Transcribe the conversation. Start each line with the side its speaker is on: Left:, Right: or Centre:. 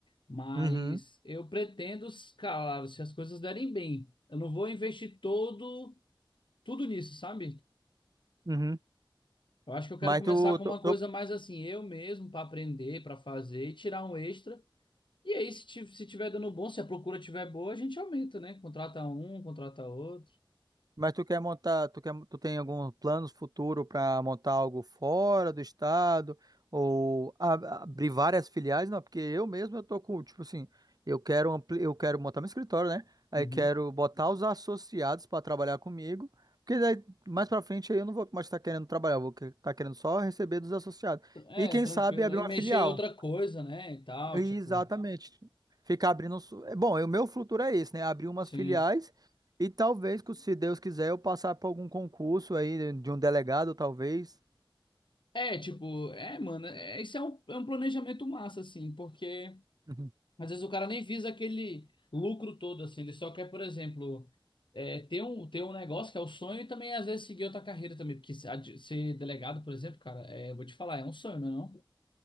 Left: Mas
Right: Uhum,
Left: eu pretendo, cara, se as coisas derem bem. Eu não vou investir todo tudo nisso, sabe?
Right: uhum.
Left: Eu acho que eu quero
Right: Mas
Left: começar
Right: tu,
Left: com
Right: tu,
Left: uma coisa
Right: tu
Left: mais assim, eu mesmo, para aprender, para fazer e tirar um extra. E aí, se, ti- se tiver dando bom, se a procura tiver boa, a gente aumenta, né? Contrata um, contrata outro.
Right: Mas tu quer montar, tu quer, tu tem algum plano futuro para montar algo fora do estado ou a- abrir várias filiais? Não, porque eu mesmo eu tô com, tipo assim, eu quero ampli, eu quero montar meu escritório, né? Aí
Left: Uhum.
Right: quero botar os associados para trabalhar comigo, porque daí mais para frente aí eu não vou mais estar querendo trabalhar, eu vou estar querendo só receber dos associados.
Left: É,
Right: E quem
Left: tranquilo,
Right: sabe abrir
Left: né? E
Right: uma
Left: mexer
Right: filial.
Left: em outra coisa, né? E tal,
Right: Exatamente.
Left: tipo,
Right: Ficar abrindo. um su- é Bom, o meu futuro é esse, né? Abrir umas
Left: sim.
Right: filiais e talvez, que se Deus quiser, eu passar por algum concurso aí de um delegado, talvez.
Left: É, tipo, é, mano, é, isso é um, é um planejamento massa, assim, porque.
Right: Uhum.
Left: Às vezes o cara nem visa aquele lucro todo, assim, ele só quer, por exemplo, é, ter um, ter um negócio que é o sonho e também às vezes seguir outra carreira também, porque se- a de- ser delegado, por exemplo, cara, é, eu vou te falar, é um sonho, não? é não?